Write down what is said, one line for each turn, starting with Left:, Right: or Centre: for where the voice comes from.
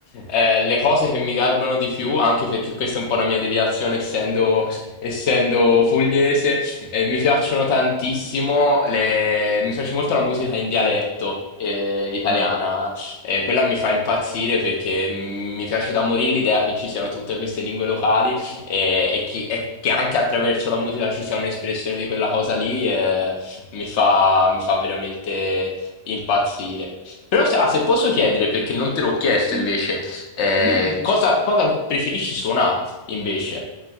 Left: eh, le cose che mi garbano di più, anche perché questa è un po' la mia deviazione essendo, essendo pugliese, eh, mi piacciono tantissimo, le- mi piace molto la musica in dialetto. eh, italiana
Right: ah,
Left: e quella mi fa impazzire perché mm, mi piace da morire l'idea che ci siano tutte queste lingue locali e, e chi- e che anche attraverso la musica ci sia un'espressione di quella cosa lì, eh, mi fa, mi fa veramente impazzire. Però se, ah, se posso chiedere, perché non te l'ho chiesto
Right: sì,
Left: invece, eh,
Right: dimmi.
Left: cosa, cosa preferisci suonare invece